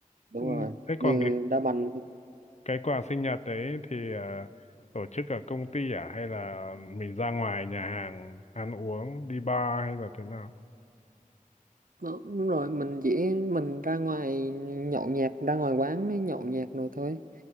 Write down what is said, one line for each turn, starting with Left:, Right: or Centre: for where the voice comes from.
Right: đúng
Left: Ừ,
Right: rồi
Left: thế còn
Right: như
Left: cái
Right: đá banh
Left: cái quà sinh nhật đấy thì à, tổ chức ở công ty à hay là mình ra ngoài nhà hàng ăn uống đi bar hay là thế nào
Right: Đó, đúng rồi mình chỉ mình ra ngoài nhậu nhẹt ra ngoài quán mới nhậu nhẹt rồi thôi